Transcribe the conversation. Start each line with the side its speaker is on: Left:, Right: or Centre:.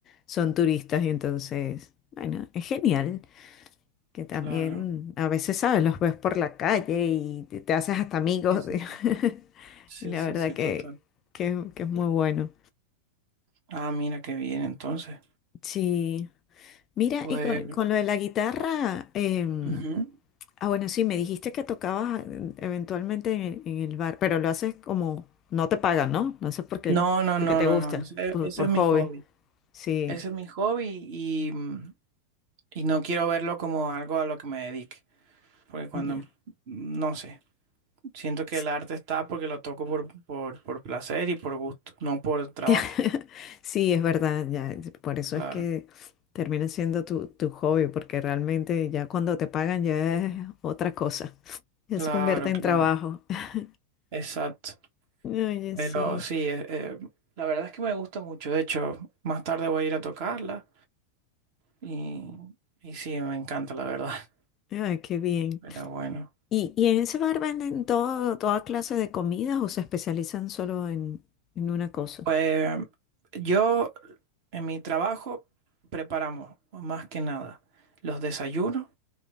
Left: son turistas. Y entonces, bueno, es genial que también
Right: claro.
Left: a veces, ¿sabes? Los ves por la calle y te, te haces hasta amigos.
Right: Sí, sí,
Left: de-
Right: sí.
Left: <laughs>
Right: Sí,
Left: Y la
Right: sí,
Left: verdad
Right: sí,
Left: que,
Right: total.
Left: que que es muy bueno.
Right: Ah, mira qué bien, entonces.
Left: Sí. Mira,
Right: Pues,
Left: y con, con lo de la guitarra, em,
Right: ujú.
Left: ah, bueno, sí, me dijiste que tocabas eh, eventualmente en, el en el bar, pero lo haces como, no te pagan, ¿no? No haces porque,
Right: No, no,
Left: porque
Right: no,
Left: te
Right: no,
Left: gusta,
Right: no. Ese,
Left: por,
Right: ese
Left: por
Right: es mi
Left: hobby.
Right: hobby.
Left: Sí,
Right: Ese es mi hobby y, mm, y no quiero verlo como algo a lo que me dedique. Porque cuando,
Left: ya.
Right: no sé, siento que
Left: Sí,
Right: el arte está porque lo toco por, por, por placer y por gusto, no por trabajo.
Left: <laughs> Sí, es verdad, ya, por eso
Right: Claro,
Left: es que termina siendo tu, tu hobby, porque realmente ya cuando te pagan ya es otra cosa, ya
Right: claro,
Left: se convierte en
Right: claro.
Left: trabajo. <laughs>
Right: Exacto.
Left: Oye,
Right: Pero
Left: sí,
Right: sí, eh, eh, la verdad es que me gusta mucho. De hecho, más tarde voy a ir a tocarla y, y sí, me encanta, la verdad. <laughs>
Left: ay, qué bien.
Right: Pero bueno,
Left: ¿Y, y en ese bar venden todo, toda clase de comidas o se especializan solo en, en una cosa?
Right: pues yo en mi trabajo preparamos más que nada los desayunos,